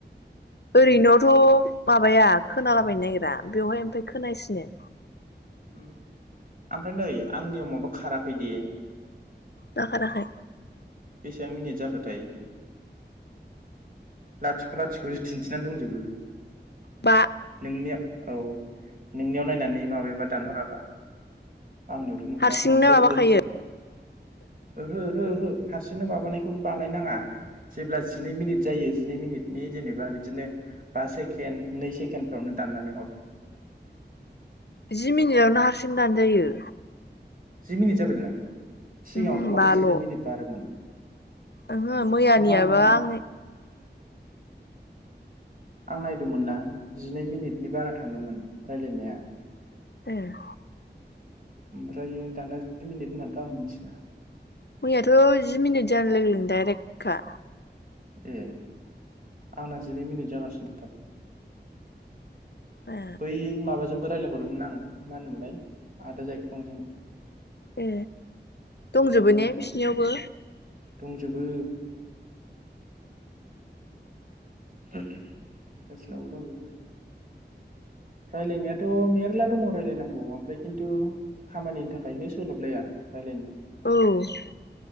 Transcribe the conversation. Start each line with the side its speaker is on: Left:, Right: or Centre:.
Left: ओरैनोआवथ' माबाया खोनालाबायनो नागगिरा बेवहाय ओमफाय खोनासिनो
Right: उम ओमफ्राय नै आंनियाव माबा खाराखैदे
Left: मा खाराखै
Right: बेसेबां मिनिट जाखोथाय लाथिख' लाथिख'सो दिन्थिनानै दंजोबो
Left: बा
Right: नोंनिया औ नोंनियाव नायनानै माबायाबा दानहराबा आंनियावथ' नुहुरा
Left: हारसिंनो
Right: नोंसो
Left: माबाखायो
Right: हरदों ओहो ओहो ओहो हारसिंनो माबानाय बानायनाङा जेब्ला जिनै मिनिट जायो। जिनै मिनिटनि जेनेबा बिदिनो बा सेकेणड नै सेकेणडफ्रावनो दाननानै हर
Left: जि मिनिटावनो हारसिं दानो जायो।
Right: जि मिनिट जाबाय दाना सिगाङावथ'
Left: ओमहो
Right: माथो
Left: बाल'
Right: जिनै मिनिट बारोमोन।
Left: ओहो मैयानियाबो
Right: नङा नङा
Left: आं
Right: आं नायदोंमोन ना जिनै मिनिटनि बारा थाङोमोन रायलायनाया
Left: एह
Right: ओमफ्राय दाना जि मिनिट होननानैथ' आं मिथिया
Left: मैयाथ' जि मिनिट जानो लोगो लोगो डाइरेक्टखा
Right: ए आंना जिनै मिनिट जागासिनो सार
Left: ए
Right: बै माबाजों बो रायलायहरदोंमोन आं मा होनोमोनलाय आदा जायख्लंजों
Left: ए दंजोबो
Right: बेजोंबो
Left: ने
Right: रायलायहरदोंमोन
Left: बिसिनियावबो
Right: दंजोबो गासिबावबो दंजोबथारो रायलायनायाथ' मेरला दङ रायजलायनांगौ ओमफ्राय खिन्थु खामानिनि थाखायनो सोलोबलाया रायलायनो
Left: औ ओ